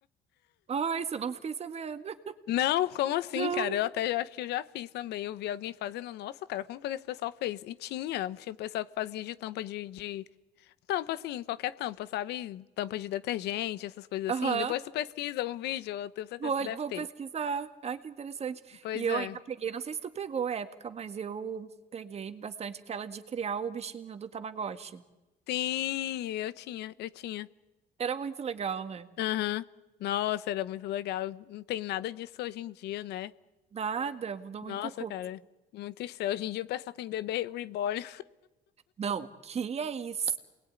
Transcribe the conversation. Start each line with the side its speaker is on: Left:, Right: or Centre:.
Right: Ai, isso eu não fiquei sabendo. <laughs>
Left: Não, como assim,
Right: Não.
Left: cara? Eu até já- acho que eu já fiz também. Eu vi alguém fazendo. Nossa, cara, como foi que esse pessoal fez? E tinha, tinha um pessoal que fazia de tampa de, de Tampa, assim, qualquer tampa, sabe? Tampa de detergente, essas coisas
Right: Aham.
Left: assim. Depois tu pesquisa um vídeo, eu tenho certeza
Right: Vou, olh-
Left: que deve
Right: vou
Left: ter.
Right: pesquisar. Ai, que interessante.
Left: Pois
Right: E eu
Left: é.
Right: ainda peguei, não sei se tu pegou a época, mas eu peguei bastante aquela de criar o bichinho do Tamagotchi.
Left: Sim, eu tinha, eu tinha.
Right: Era muito legal, né?
Left: Aham. Nossa, era muito legal. Não tem nada disso hoje em dia, né?
Right: Nada, mudou
Left: Nossa,
Right: muita coisa.
Left: cara. Muito estranho. Hoje em dia o pessoal tem bebê reborn.
Right: Não, que é isso?